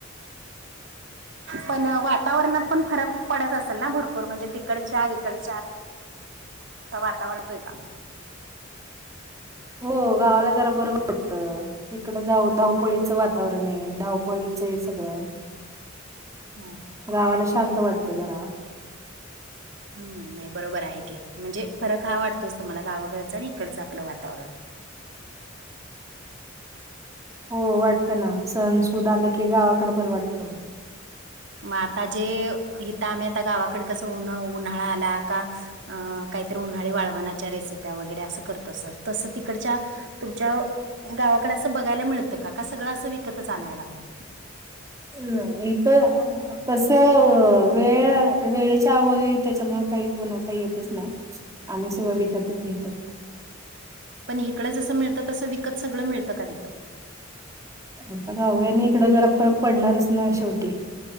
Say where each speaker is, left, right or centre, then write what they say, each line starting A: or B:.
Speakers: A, on the right; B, on the right.
A: पण वातावरणात पण फरक पडत असेल ना भरपूर म्हणजे तिकडच्या इकडच्या. वातावरतोय का?
B: हो गावाला जरा बरं वाटत. इकडं जाव धावपळीचं वातावरण आहे धावपळीचं हाय सगळं.
A: हम.
B: गावाला शांत वाटतं जरा.
A: हम्म नाही बरोबर आहे की म्हणजे फरक हा वाटतोच तुम्हाला गावाकडचा आणि इकडचां आपलं वातावरण.
B: हो वाटतं ना सणसूद आले की गावाकडे बर वाटतं.
A: म आता जे इथं आम्ही आता गावाकडे कसं उन उन्हाळा आला का? अं काहीतरी उन्हाळी वाळवणाच्या रेसिप्या वगैरे असं करतो असं तसं तिकडच्या. तुमच्या गावाकडे असं बघायला मिळतं का का सगळं असं विकतच आणायला लागतय.
B: हम् इथं तसं वेळ वेळेच्या अभावी त्याच्यामुळे काही बनवता येतच नाही. आम्ही सगळं
A: हम्म
B: विकतच घेतो.
A: पण हिकडं जसं मिळतं तसं विकत सगळं मिळतं का तिथं?
B: आता गाव आणि इकडं जरा फरक पडणारच ना शेवटी.